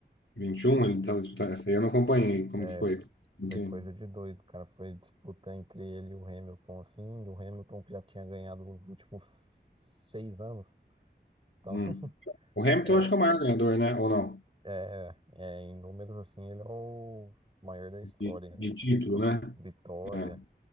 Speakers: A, on the left; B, on the right.
A: 21, ele estava disputando. Essa aí eu não acompanhei. Como
B: É,
A: que foi? Como
B: foi
A: que-
B: coisa de doido, cara. Foi disputa entre ele e o Hamilton, assim. E o Hamilton que já tinha ganhado os últimos seis anos. Então,
A: Hum.
B: <laughs>
A: O Hamilton acho que é o maior ganhador, né? Ou não?
B: É, é, em números, assim, ele é o maior da história,
A: De, de
B: em título,
A: título, né?
B: vitória.
A: É.